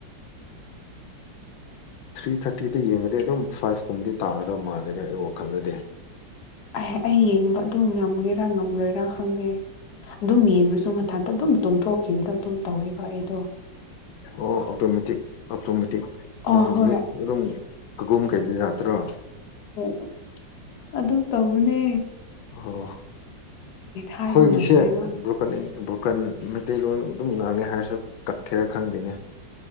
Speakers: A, on the left (about 85°); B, on the left (about 65°).
A: ꯊ꯭ꯔꯤ ꯊꯥꯔꯇꯤꯗ ꯌꯦꯡꯉꯗꯤ ꯑꯗꯨꯝ ꯐꯥꯏꯚ ꯀꯨꯝꯕꯗꯤ ꯇꯥꯔꯗꯧ ꯃꯥꯜꯂꯦꯗ ꯑꯩ ꯋꯥꯈꯜꯗꯗꯤ
B: ꯑꯦ ꯑꯩ ꯌꯦꯡꯕ ꯑꯗꯨꯝ ꯉꯝꯒꯦꯔꯥ ꯉꯝꯂꯣꯏꯔꯥ ꯈꯪꯗꯦ ꯑꯗꯨꯝ ꯌꯦꯡꯉꯁꯨ ꯃꯊꯟꯇ ꯑꯗꯨꯝ ꯇꯨꯝꯊꯣꯛꯈꯤꯕꯗꯣ ꯑꯗꯨꯝ ꯇꯧꯕ ꯑꯩꯗꯣ
A: ꯑꯣ ꯑꯣꯇꯣꯃꯦꯇꯤꯛ ꯑꯣꯇꯣꯃꯦꯇꯤꯛ ꯑꯗꯨꯝ
B: ꯑꯣ ꯍꯣꯏ
A: ꯃꯤ ꯑꯗꯨꯝ ꯀꯒꯨꯝ ꯀꯩꯕ ꯌꯥꯠꯇ꯭ꯔꯣ
B: ꯑꯗꯨ ꯑꯗꯨ ꯇꯧꯅꯦ
A: ꯑꯣ ꯑꯩꯈꯣꯏꯒꯤꯁꯦ
B: ꯍꯥꯏꯕ ꯉꯝꯗꯦꯕ
A: ꯕ꯭ꯔꯣꯀꯅꯤ ꯕꯣꯔꯀꯟ ꯃꯩꯇꯩꯂꯣꯟ ꯑꯗꯨꯝ ꯉꯥꯡꯉꯦ ꯍꯥꯏꯔꯁꯨ ꯀꯛꯈꯦꯔ ꯈꯪꯗꯦꯅꯦ꯫